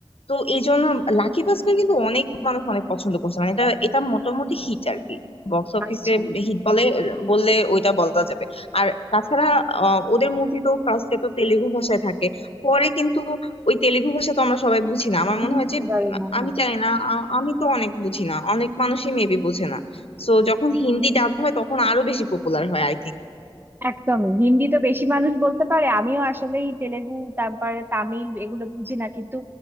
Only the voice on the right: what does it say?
আচ্ছা
বুঝতে
পারি
না হ্যাঁ
একদমই হিন্দি তো বেশি মানুষ বলতে পারে আমিও আসলেই তেলেগু তারপরে তামিল এগুলো বুঝি না কিন্তু